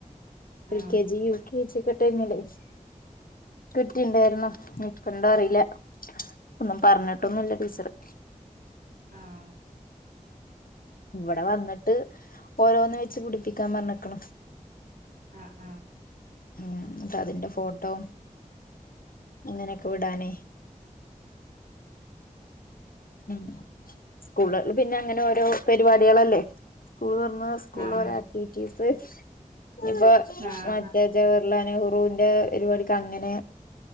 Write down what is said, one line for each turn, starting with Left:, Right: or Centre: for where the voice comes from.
Right: ആഹ്
Left: എൽ കെ ജി യു കെ ജിക്കെ ടൈമില് കിറ്റിണ്ടാര്ന്നു ഞിപന്താറീല ഒന്നും പർഞ്ഞിട്ടൊന്നുല്ല ടീച്ചറ്
Right: ആഹ്
Left: ഇവടെ വന്ന്ട്ട് ഓരോന്ന് വെച്ച് പുടിപ്പിക്കാമ്പർഞ്ക്ക്ണ്
Right: ആഹ് ആഹ്
Left: ഉം ട്ടതിൻ്റെ ഫോട്ടോ ഇങ്ങനൊക്കെ വിടാനേ ഉം സ്കൂൾളേള്പിന്നെ അങ്ങനെ ഓരോ പരിപാട്യേളല്ലേ സ്കൂൾ തൊറന്നാ സ്കൂളോരോ
Right: ആഹ്
Left: ആക്ടിവിറ്റീസ് ഞിപ്പോ
Right: ആഹ് ആഹ്
Left: മറ്റേ ജേ ള്ള നെഹ്‌റൂന്റെ പരിപാടിക്ക് അങ്ങനെ